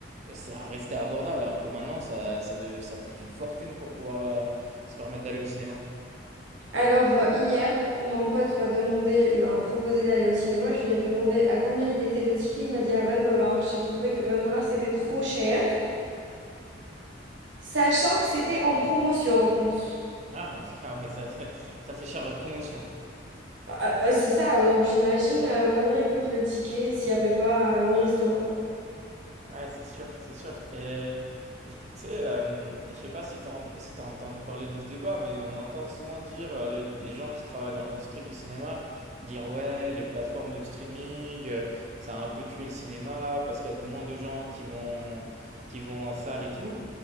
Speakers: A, on the right; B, on the right.
A: ça restait abordable. Alors que maintenant, ça, ça, de- ça coûte une fortune pour pouvoir euh, se permettre d'aller au cinéma.
B: Alors, euh, hier, mon pote m'a demandé, m'a proposé d'aller au cinéma. Je lui ai demandé à combien il était le ticket. Il m'a dit à 20 dollars. J'ai trouvé que 20 dollars, c'était trop cher. Sachant que c'était en promotion en plus.
A: Ah, <laughs> ah ouais, ça, ça fait cher la promotion.
B: Ah, ouais, c'est ça, donc j'imagine euh, combien il coûte le ticket s'il n'y avait pas euh, une restaurant.
A: Ouais, c'est sûr, c'est sûr. Et j- tu sais, euh, je sais pas si tu si t'as entendu parler de ce débat, mais on entend souvent dire euh, les, les gens qui travaillent dans l'industrie du cinéma dire ouais, les plateformes de streaming, euh, ça a un peu tué le cinéma parce qu'il y a de moins de gens qui vont qui vont en salle et tout.